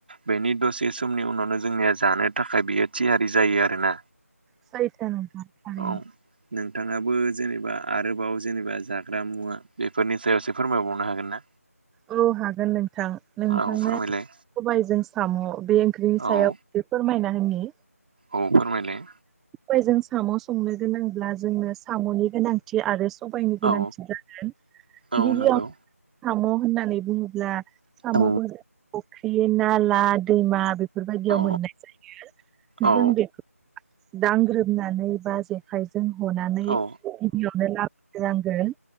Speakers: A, on the right (about 40°); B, in the centre.
A: बेनि दसे समनि उनावनो जोंनिया जानो थाखाय बियो थियारि जायो आरो ना।
B: सैथो नोंथां थारैनो
A: औ नोंथाङाबो जेनेबा आरोबाव जेनेबा जाग्रा मुवा बेफोरनि सायाव एसे फोरमायबावनो हागोन ना?
B: औ हागोन नोंथां। नोंथांनो
A: आंखौ फोरमायलाय
B: सबायजों साम' बे ओंख्रिनि सायाव
A: औ
B: बे फोरमायना होनि
A: औ फोरमायलाय
B: फै जों साम' संनो गोनांब्ला जोंनो साम'नि गोनां थि आरो सबायनि गोनांथि
A: औ
B: जागोन
A: औ
B: गिबियाव
A: नंगौ
B: साम' होननानै बुङोब्ला साम'खौ
A: औ
B: जों फुख्रि, नाला, दैमा बेफ फोरबायदियाव
A: औ
B: मोननाय जायो।
A: औ
B: जों बेखो दांग्रोमनानै बा जेखाइजों हनानै गिबिनियावनो
A: औ
B: लाबोग्रोनांगोन।